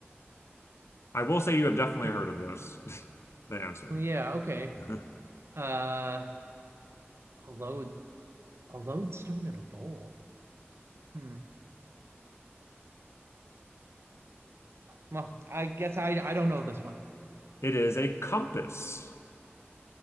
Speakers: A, on the left (about 80°); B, on the right (about 70°).
A: I will say you have definitely
B: Hmm.
A: heard of this, <laughs> the answer.
B: Yeah, okay.
A: <laughs>
B: Uh, a load a lodestone in a bowl. Hmm. Well, I guess I I don't know this one.
A: It is a compass.